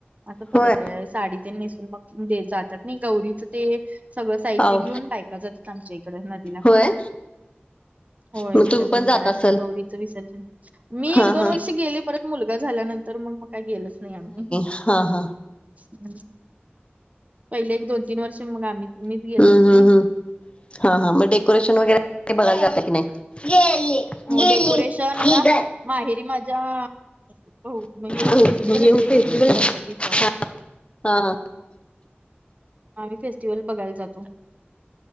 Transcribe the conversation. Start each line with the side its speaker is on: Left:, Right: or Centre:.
Right: असं पद्त
Left: होय
Right: आहे साडी ते नेसून मग जातात नाही गौरीच ते सगळं साहित्य
Left: आव
Right: घेऊन बायका जातात आमच्या इकडे. नदीला
Left: होय!
Right: होय
Left: मग
Right: विसर्जन
Left: तुम्ही पण जात
Right: करायला
Left: असल
Right: गौरीच विसर्जन, मी
Left: हा
Right: एक दोन
Left: हा
Right: वर्षी गेले परत मुलगा झाल्यानंतर मग मग काही गेलोच नाही आम्ही. हम्
Left: हा हा
Right: पहिले एक दोन तीन वर्ष मग आम्ही मीच
Left: हम्म
Right: गेलो होतो
Left: हम्म
Right: नाय.
Left: हम्म हा हां मग डेकोरेशन वगैरे बघायला जातं की नाही? गेली
Right: हो
Left: गेली
Right: डेकोरेशन
Left: ही
Right: आता
Left: ग
Right: माहेरी माझ्या हे
Left: म्हणजे
Right: फेस्टिवल असते
Left: फेस्टिवल
Right: ना गणपतीच.
Left: हा हा!
Right: आम्ही फेस्टिवल बघायला जातो.